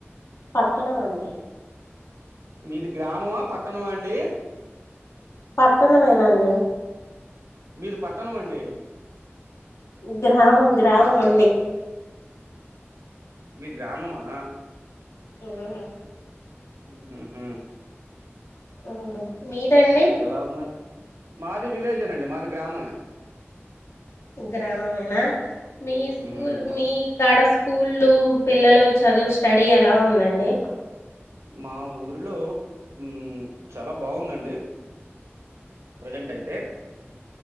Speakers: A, on the left; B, on the right.
A: పట్టణం అండి
B: మీది గ్రామమా పట్టణమా అండి
A: పట్టణంమేనండి
B: మీది పట్టణం అండి
A: గ్రామం గ్రామం అండి
B: మీ గ్రామమా
A: ఉమ్
B: ఉహుహు
A: ఉమ్ మీదండి
B: ఎలా ఉందండి మాది విలేజేనండి మాది గ్రామమే
A: గ్రామమేనా మీ స్కూల్
B: ఉమ్ మ
A: మీ కాడ స్కూ స్కూళ్లు పిల్లలు చదువు స్టడీ ఎలా ఉందండి
B: మా ఊరిలో ఉమ్ చాలా బాగుందండి ప్రజెంట్ అయితే